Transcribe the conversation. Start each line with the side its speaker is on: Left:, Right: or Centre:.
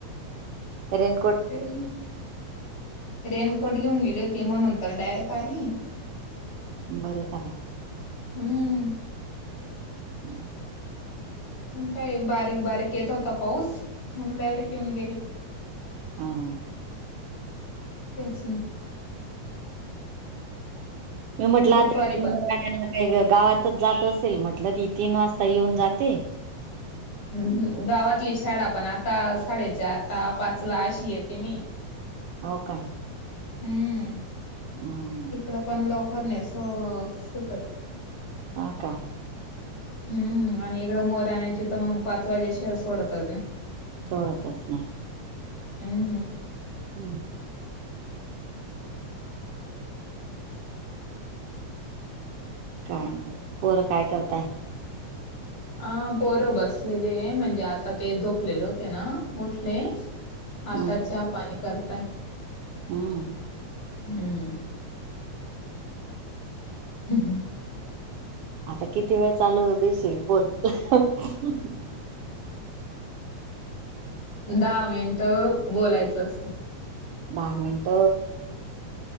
Right: करेन
Left: <unintelligible> रेनकोट घेऊन गेली हुती म्हणून तर डायरेक्ट आली.
Right: बरं चाल्लाव.
Left: हम्म.
Right: हम्म
Left: काय बारीक- बारीक येत होता पाऊस, मग डायरेक्ट येेऊन गेली.
Right: हम.
Left: तेच हम.
Right: मी म्हटलं
Left: दुपारी
Right: आता <unintelligible>
Left: पण
Right: नाई ग गावातच जात असेल म्हटलं ती तीन वाजता येऊन जाते.
Left: हम गावातली शाळा पण आता साडेचार ला पाच ला अशी येते मी.
Right: होव काय?
Left: हम्म.
Right: हम्म
Left: तिकडं पण लवकर नाई सु सुटत.
Right: हा का.
Left: हम्म, आणि इकडं मोर आणायची तर मग पाच वाजल्याशिवाय सोडतच नाही.
Right: सोडतच नाही.
Left: हम.
Right: हम्. काय नाय. पोरं काय करताय?
Left: हा पोरं बसलेलीए, म्हणजे आता ते झोपलेले होते ना? उठले. आता
Right: हम्म
Left: चा पाणी करताय.
Right: हम्म.
Left: हम्म. हम् ह.
Right: आता किती वेळ चालू दिशील पण हं हम.
Left: दहा मिंट बोलायचं असतं.
Right: दहा मिनट